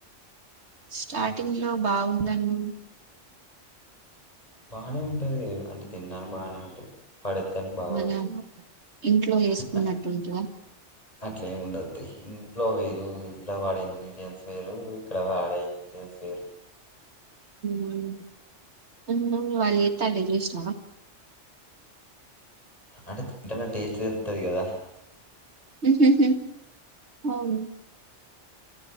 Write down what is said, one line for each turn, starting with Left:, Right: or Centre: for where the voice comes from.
Right: స్టార్టింగ్ లో బాగుందన్ను
Left: బాగానే ఉంటది అంటే తిన్నానికి బానే ఉంది <unintelligible> బాగోదు
Right: మన ఇంట్లో వేసుకున్నట్టుంటదా
Left: <inaudible> అట్లేమి ఉండదు ఇంట్లో వేరు ఇంట్లో వాడే ఇంగ్రీడియంట్స్ వేరు ఇక్కడ వాడే ఇంగ్రీడియట్ నీ పేరు
Right: <inaudible> వాళ్ళు ఎస్టండేది చూసినావ
Left: అంటే తింటనే టేస్ట్ తెలుస్తది కదా
Right: హు హు అవును